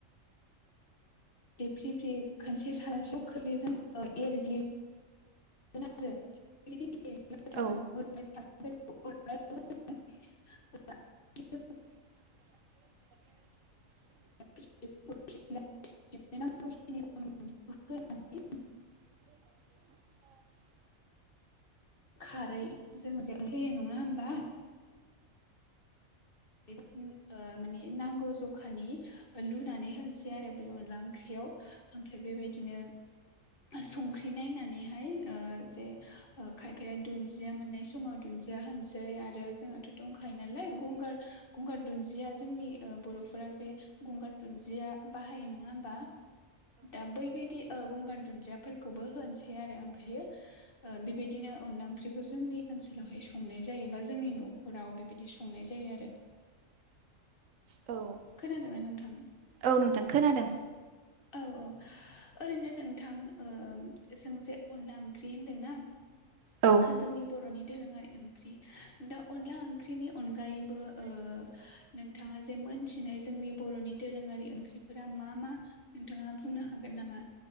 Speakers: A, on the left (about 45°); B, on the right (about 75°).
A: बे फ्रि फ्रि खनसे <unintelligible> एरग्लि <unintelligible>
B: औ
A: <unintelligible>
B: <unintelligible>
A: <unintelligible>
B: <inaudible>
A: खारै जों जे होयो नङा होमबा ओ माने नांगौ जखानि लुनानै होनसै आरो बे अनला ओंख्रियाव ओमफ्राय बेबायदिनो संख्रि नायनानैहाय ओ जे ओ खायफाया दुन्दिया मोननाय समाव दु दुनदिया होनिसै आरो जोंहाथ' दंखायो नालाय गंगार गंगार दुन्दिया जोंनि बर'फोरा जे गंगार दुन्दिया बाहायो नङा होमबा दा बैबायदि ओ गंगार दुन्दियाफोरखौबो होनोसै आरो ओमफ्रायो ओ बेबायदिनो अनला ओंख्रिखौ जोंनि ओनसोलावहाय संनाय जायोबा जोंनि न'खराव बिबायदि संनाय जायो आरो
B: औ औ
A: खोनादोंना नोंथां
B: औ नोंथां खोनादों
A: औ औ ओरैनो नोंथां ओ जोंजे अनला ओंख्रि होनदोंना
B: औ
A: जोंनि बर'नि दोरोङारि ओंख्रि दा अनला ओंख्रिनि अनगायैबो
B: <unintelligible>
A: ओ नोंथाङा जे मोनथिनाय जोंनि बरनि दोरोङारि ओंख्रिफोरा मा मा नोंथाङा बुंनो हागोन नामा